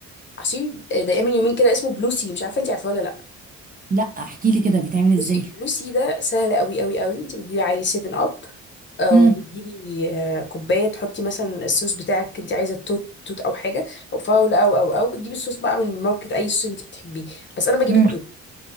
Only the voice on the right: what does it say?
لا احكي لي كده بيتعمل ازاي
امم
امم